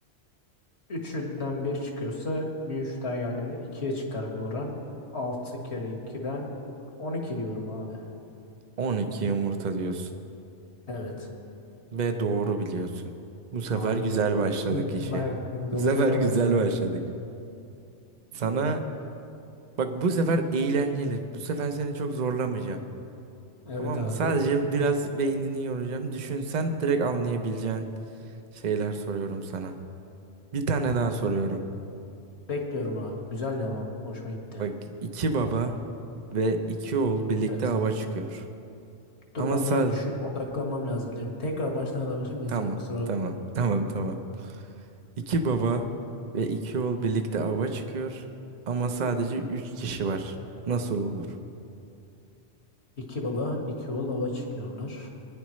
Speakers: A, on the left; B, on the right.
A: Üçünden bir çıkıyorsa bir 3 daha geldiğinde 2'ye çıkar bu oran. 6 kere ikiden 12 diyorum abi.
B: 12 yumurta diyorsun.
A: Evet
B: Ve doğru biliyorsun. Bu sefer
A: abi.
B: güzel başladık
A: <laughs>
B: işe.
A: Bak doğruya
B: Bu sefer güzel
A: başladık.
B: başladık. Sana bak bu sefer eğlenceli. Bu sefer seni çok zorlamayacağım.
A: Evet
B: Tamam
A: abi.
B: mı? Sadece biraz beynini yoracağım. Düşünsen direkt anlayabileceğin şeyler soruyorum sana. Bir tane daha soruyorum.
A: Bekliyorum abi. Güzeldi ama hoşuma gitti.
B: Bak iki baba ve iki oğul birlikte
A: Evet.
B: ava çıkıyor.
A: Dur
B: Ama
A: ben
B: sadece...
A: biraz düşün odaklanmam lazım değil mi? Tekrar baştan alabilir miyiz
B: Tamam,
A: ya? Kusura
B: tamam,
A: bakma.
B: <laughs> tamam, tamam. İki baba ve iki oğul birlikte ava çıkıyor ama sadece üç kişi var. Nasıl olur?
A: İki baba, iki oğul ava çıkıyorlar.